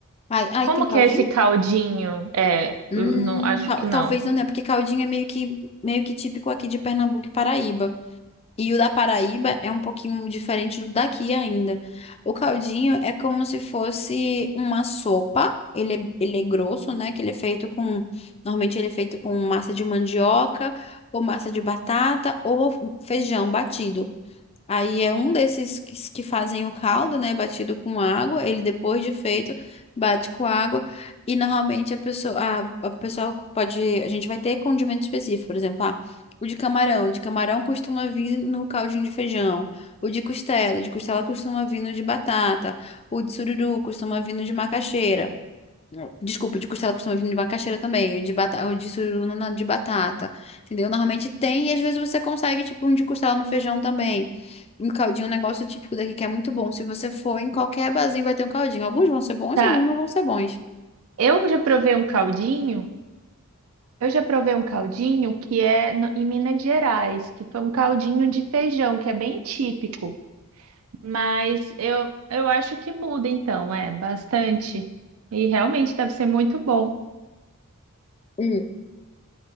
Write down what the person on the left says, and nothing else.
Aí, aí
tem caldinho?
Hum,
tal-
talvez
não tenha, porque caldinho é meio que, meio que típico aqui de Pernambuco e Paraíba. E o da Paraíba é um pouquinho diferente do daqui ainda. O caldinho é como se fosse uma sopa. Ele é, ele é grosso, né? Que ele é feito com. Normalmente ele é feito com massa de mandioca, ou massa de batata, ou feijão batido. Aí é um desses que, que fazem o caldo, né? Batido com água. Ele, depois de feito, bate com água. E normalmente a pessoa, a, a pessoa pode. A gente vai ter condimento específico, por exemplo, ah, o de camarão. O de camarão costuma vir no caldinho de feijão. O de costela. O de costela costuma vir no de batata. O de sururu costuma vir no de macaxeira. Desculpa, de costela costuma vir de macaxeira também, de batata, ou de suruna na- de batata, entendeu? Normalmente tem e às vezes você consegue, tipo, um de costela no feijão também. Um caldinho, um negócio típico daqui que é muito bom. Se você for em qualquer barzinho, vai ter um caldinho. Alguns vão ser bons,
alguns não vão ser bons.
Hum.